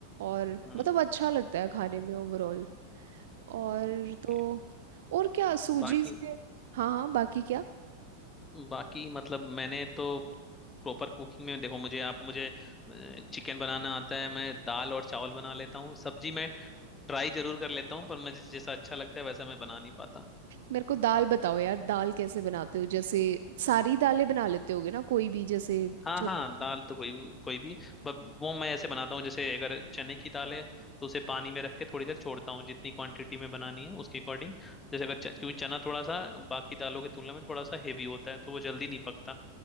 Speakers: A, on the right (about 55°); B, on the left (about 15°).
A: और
B: हम्म
A: मतलब अच्छा लगता है खाने में ओवरऑल और
B: ओके
A: तो और क्या सूजी
B: बाकी
A: से हाँ हाँ बाकी क्या
B: बाकी मतलब मैंने तो प्रॉपर कुकिंग में देखो मुझे आप मुझे चिकन बनाना आता है मैं दाल और चावल बना लेता हूँ सब्जी मैं ट्राई जरूर कर लेता हूँ पर मुझे जैसा अच्छा लगता है वैसा मैं बना नहीं पाता
A: मेरे को दाल बताओ यार दाल कैसे बनाते हो जैसे सारी दालें बना लेते होगे ना कोई भी जैसे
B: हाँ
A: चन-
B: हाँ दाल तो कोई कोई भी बट वो मैं ऐसे बनाता हूँ जैसे अगर चने की दाल है तो उसे पानी में रख के थोड़ी देर छोड़ता हूँ जितनी क्वांटिटी में बनानी है उसके अकॉर्डिंग जैसे अगर च- क्योंकि चना थोड़ा सा बाकी दालों की तुलना में थोड़ा सा हेवी होता है तो वो जल्दी नहीं पकता